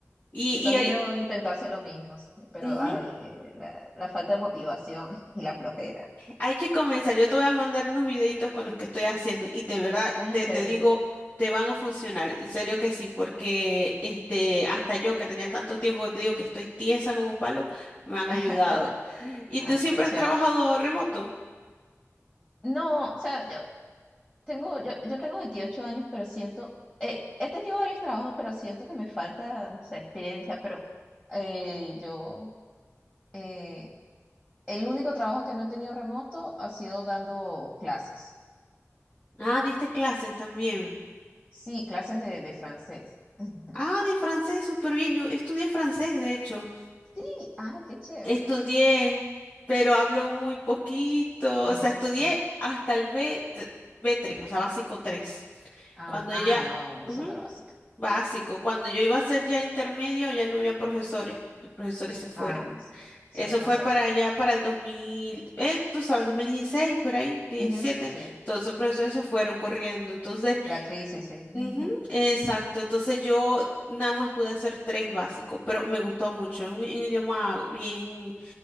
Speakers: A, on the left (about 35°); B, on the left (about 20°).
A: Y,
B: Yo
A: y
B: también
A: ahori-
B: debo intentar hacer lo mismo, sí, pero
A: ujú,
B: ay, eh, la, la falta de motivación <laughs> y la flojera.
A: Hay que comenzar. Yo te voy a mandar unos videitos con los que estoy haciendo y de verdad
B: Ay,
A: te,
B: chévere.
A: te digo, te van a funcionar. En serio que sí, porque este, hasta yo que tenía tanto tiempo que te digo que estoy tiesa como un palo, me han
B: <laughs>
A: ayudado. ¿Y
B: Ah,
A: tú siempre
B: qué chévere.
A: has trabajado remoto?
B: No, o sea, yo tengo, yo, yo tengo 28 años, pero siento, eh, he tenido varios trabajos, pero siento que me falta, no sé, experiencia, pero eh, yo, eh, el único trabajo que no he tenido remoto ha sido dando clases.
A: Ah, diste clases también.
B: Sí, clases de, de francés. <laughs>
A: Ah, de francés, súper bien. Yo estudié francés, de hecho.
B: Sí, ay, qué chévere.
A: Estudié, pero hablo muy poquito.
B: Ah,
A: O sea, estudié
B: ah,
A: hasta el B, t- b 3, o sea, básico tres.
B: ah,
A: Cuando
B: ah,
A: ya,
B: no,
A: ujú,
B: súper básica.
A: básico, cuando yo iba a hacer ya intermedio, ya no había profesores. Los profesores se fueron.
B: Ah, s- suele
A: Eso
B: pasar,
A: fue para
B: sí.
A: allá, para el 2000, eh, tú sabes, 2016 por ahí, diecisiete.
B: Ujú, sí,
A: Todos los profesores se fueron corriendo. Entonces,
B: la crisis, sí. <laughs>
A: Ujú, exacto, entonces yo nada más pude hacer tres básicos, pero me gustó mucho, es un, un idioma bien,